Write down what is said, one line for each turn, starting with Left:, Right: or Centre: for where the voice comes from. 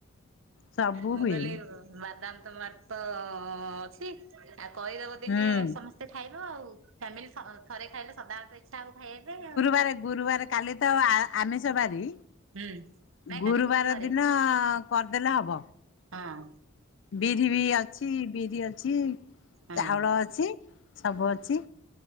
Left: ସବୁ
Right: ମୁଁ,
Left: ହୁଏ
Right: କହିଲି ବାଦାମ ତମ ଆରେ ତ-ଅ ଅଛି? ଆଉ କହିଦବ ଦିନେ
Left: ହୁଁ
Right: ସମସ୍ତେ ଖାଇବ ଆଉ ଫ୍ୟାମିଲି ସତ ଥରେ ଖାଇଲେ ସଦାବଳୀ ତ ଇଚ୍ଛା ହବ ଖାଇବା ପାଇଁ ଆଉ
Left: ଏ ଗୁରୁବାରେ କାଲି ତ ଆ-ଆମିଷବାରି
Right: ହୁଁ। ନାଇଁ
Left: ଗୁରୁବାର
Right: କାଲି ବୁଧବାରେ
Left: ଦିନ-ଅ କରିଦେଲେ ହବ।
Right: ଅଁ।
Left: ବିରି ବି ଅଛି, ବିରି ଅଛି
Right: ହଁ
Left: ଚାଉଳ ଅଛି। ସବୁ ଅଛି।